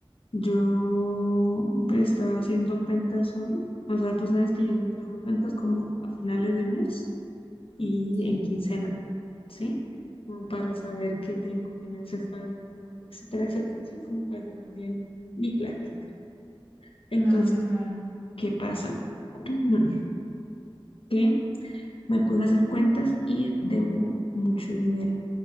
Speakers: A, on the left; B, on the right.
A: yo pues, estaba haciendo cuentas hoy, o sea, tú sabes que yo siempre hago cuentas como a finales de mes. y
B: sí,
A: en quincena, ¿sí? Como para saber qué tengo, qué me hace falta, etcétera, etcétera, ¿sí? Como para llevar bien mi plática. Entonces,
B: claro, claro.
A: ¿qué pasa? <clears throat> Que me puse a hacer cuentas y debo mucho dinero,